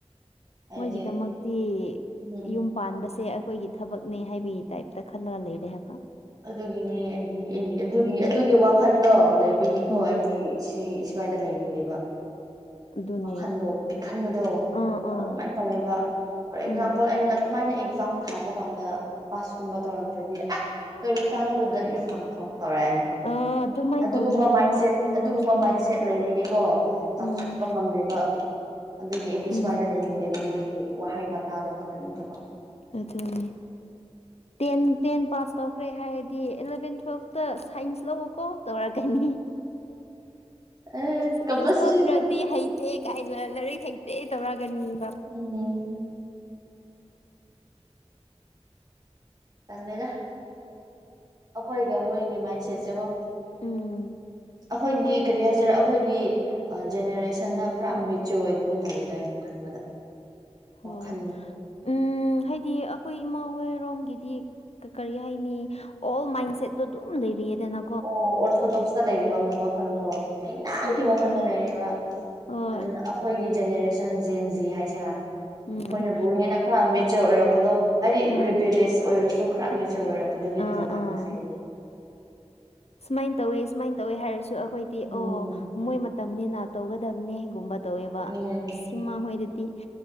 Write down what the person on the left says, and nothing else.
ꯃꯣꯏꯒꯤꯗꯃꯛꯇꯤ
ꯌꯨꯝ ꯄꯥꯟꯕꯁꯦ ꯑꯩꯈꯣꯏꯒꯤ ꯊꯕꯛꯅꯦ ꯍꯥꯏꯕꯒꯤ ꯇꯥꯏꯞꯇ ꯈꯜꯂꯒ ꯂꯩꯔꯦ ꯍꯥꯏꯕ
ꯎꯝ
ꯑꯗꯨꯅꯦ
ꯑꯥ ꯑꯥ
ꯎꯝ
ꯑ ꯑꯗꯨꯃꯥꯏꯅ
ꯇꯧꯅꯩꯌꯦꯕ
ꯑꯩꯈꯣꯏꯔꯣꯝꯁꯦ
ꯎꯝ
ꯎꯝ
ꯎꯝ
ꯑꯗꯨꯅꯤ ꯇꯦꯟ ꯇꯦꯟ ꯄꯥꯁ ꯇꯧꯈ꯭ꯔꯦ ꯍꯥꯏꯔꯗꯤ ꯑꯦꯂꯚꯦꯟ ꯇꯨꯋꯦꯜꯞꯇ ꯁꯥꯏꯟꯁ ꯂꯧꯋꯣ ꯀꯣ ꯇꯧꯔꯛꯀꯅꯤ
ꯁꯥꯏꯟꯁ
ꯂꯧꯗ꯭ꯔꯗꯤ ꯍꯩꯇꯦ ꯀꯥꯏꯅ ꯂꯥꯏꯔꯤꯛ ꯍꯩꯇꯦ ꯇꯧꯔꯒꯅꯦꯕ
ꯎꯝ
ꯑꯣ
ꯎꯝ ꯍꯥꯏꯗꯤ ꯑꯩꯈꯣꯏ ꯏꯃꯥ ꯍꯣꯏꯔꯣꯝꯒꯤꯗꯤ ꯀꯔꯤ ꯍꯥꯏꯅꯤ ꯑꯣꯜ ꯃꯥꯏꯟꯁꯦꯠꯇꯣ ꯑꯗꯨꯝ ꯂꯩꯔꯤꯌꯦꯗꯅ
ꯑꯗꯨꯒꯤ
ꯍꯣꯏ
ꯎꯝ
ꯎꯝ
ꯑꯥ
ꯑꯥ
ꯁꯨꯃꯥꯏꯅ ꯇꯧꯋꯦ ꯁꯨꯃꯥꯏꯅ ꯇꯧꯋꯦ ꯍꯥꯏꯔꯁꯨ ꯑꯩꯈꯣꯏꯗꯤ
ꯑꯣ ꯃꯣꯏ ꯃꯇꯝꯅꯤꯅ ꯇꯧꯒꯗꯕꯅꯤꯒꯨꯝꯕ ꯇꯧꯋꯦꯕ
ꯁꯤꯃ ꯍꯣꯏꯗꯗꯤ